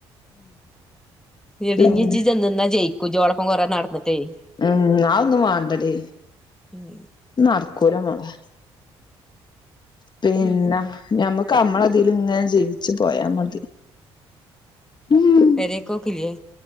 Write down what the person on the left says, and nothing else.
പിന്നെ
ഉം ആ ഒന്നും വേണ്ടടി
ഇത്നടക്കൂല മോളെ പിന്നെ
ഞമ്മക്ക് നമ്മളതില് ഇങ്ങനെ ജീവിച്ചു പോയാ മതി ഉം